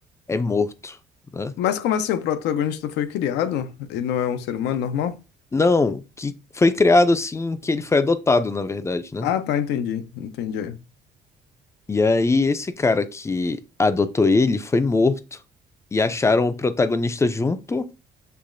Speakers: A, on the left; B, on the left.
A: é morto, né?
B: Mas como assim o protagonista foi criado? Ele não é um ser humano normal?
A: Não, que foi criado assim, que ele foi adotado, na verdade, né?
B: Ah, tá, entendi. Entendi.
A: E aí esse cara que adotou ele foi morto e acharam o protagonista junto